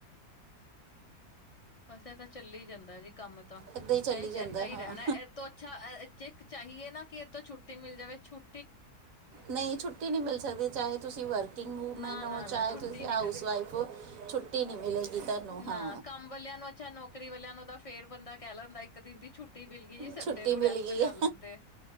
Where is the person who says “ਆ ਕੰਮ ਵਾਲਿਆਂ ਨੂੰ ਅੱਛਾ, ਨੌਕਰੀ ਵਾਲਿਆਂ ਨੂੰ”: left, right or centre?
Left